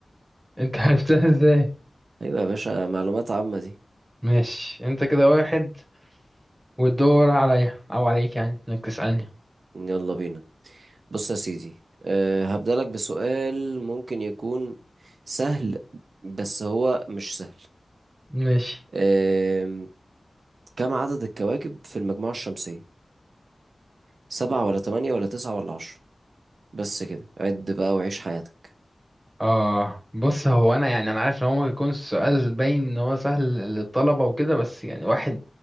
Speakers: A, on the right; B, on the right.
A: انت عرفتها ازاي
B: أيوة يا باشا معلومات عامة دي
A: ماشي انت كده واحد والدور عليا او عليك يعني انك تسألني
B: يلا بينا بص يا سيدي أه هبدأ لك بسؤال ممكن يكون سهل بس هو مش سهل
A: ماشي
B: أه كم عدد الكواكب في المجموعة الشمسية؟ سبعة ولا تمانية ولا تسعة ولا عشرة؟ بس كده عد بقى وعيش حياتك
A: اه بص هو انا يعني انا عارف ان هو ممكن يكون السؤال باين ان هو سهل للطلبة وكده بس يعني واحد